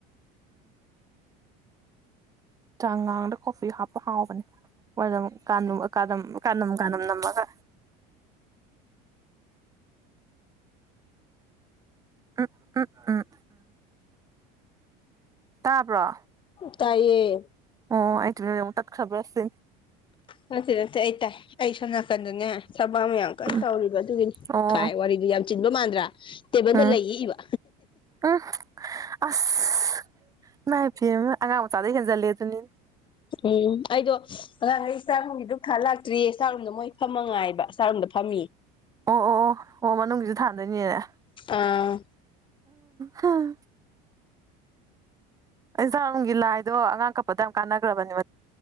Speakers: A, on the right; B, on the left.
A: ꯆꯥꯡ ꯉꯥꯡꯗ ꯀꯣꯐꯤ ꯍꯥꯞꯄ ꯍꯥꯎꯕꯅꯦ ꯃ ꯀꯥꯅꯝ ꯀꯥꯅꯝ ꯅꯝꯃꯒ ꯎꯝ ꯎꯝ ꯎꯝ ꯇꯥꯕ꯭ꯔꯣ
B: ꯇꯥꯏꯌꯦ
A: ꯑꯣ ꯑꯩꯇ ꯇ ꯈꯕ ꯑꯁ
B: ꯅꯁꯤ ꯅꯁꯤꯦ ꯑꯩ ꯇꯥꯏ ꯑꯩ ꯁꯣꯝ ꯅꯥꯀꯟꯗꯨꯅꯦ ꯁꯕꯥꯝ ꯃꯌꯥꯝ ꯀꯩꯅꯣ
A: ꯎꯝ
B: ꯇꯧꯔꯤꯕ ꯑꯗꯨꯒꯤꯅꯤ
A: ꯑꯣ
B: ꯈꯥꯏ ꯋꯥꯔꯤꯗꯨ ꯌꯥꯝ ꯆꯤꯟꯕ ꯃꯥꯟꯗ꯭ꯔꯥ ꯇꯦꯕꯜꯗ
A: ꯎꯝ
B: ꯂꯩ ꯏꯏꯕ
A: ꯎꯝ ꯑꯁ ꯏꯃꯥꯏꯐ ꯑꯉꯥꯡ ꯃꯆꯥꯗꯩ ꯍꯦꯟꯖꯜꯂꯦ ꯑꯗꯨꯅꯤꯅꯦ
B: ꯎꯝ ꯑꯩꯗꯣ ꯑꯉꯥꯡꯈꯩ ꯆꯥꯛꯔꯨꯝꯒꯤꯗꯨ ꯈꯥ ꯂꯥꯛꯇ꯭ꯔꯤꯌꯦ ꯆꯥꯔꯨꯝꯝꯗ ꯃꯣꯏ ꯐꯝꯃꯉꯥꯏꯕ ꯆꯔꯣꯨꯝꯗ ꯐꯝꯑ
A: ꯑꯣ ꯑꯣ ꯑꯣ ꯑꯣ ꯃꯅꯨꯡꯒꯤꯁꯨ ꯊꯥꯟꯗꯣꯏꯅꯦꯅꯦ
B: ꯑꯥ
A: ꯍꯝ ꯑꯩꯁꯔꯅꯨꯡꯒꯤ ꯂꯥꯏꯗꯣ ꯑꯉꯥꯡ ꯀꯛꯄꯗ ꯌꯥꯝ ꯀꯥꯟꯅꯈ꯭ꯔꯕꯅꯦ